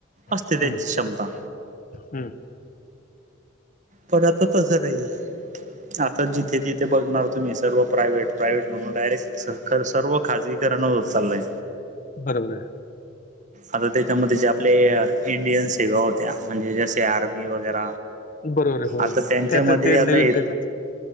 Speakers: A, on the right; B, on the left.
A: असते
B: आहे.
A: त्यांची
B: हम्म.
A: क्षमता.
B: हम्म.
A: पण आता तसं नाहीे. आता जिथे तिथे बघणार तुम्ही सर्व प्रायव्हेट प्रायव्हेट म्हणून डायरेक्ट. खर सर्व खाासगीकरणा वर चाललंय.
B: बरोबर आहे.
A: आता त्याच्यामध्ये जे आपले इंडियन सेवा होत्या आणि सीआरपी वगैरे
B: आहे बरोबर आहे हो
A: आता त्यांच्या
B: ते
A: मध्ये
B: ते नवीन
A: आता य.
B: करतात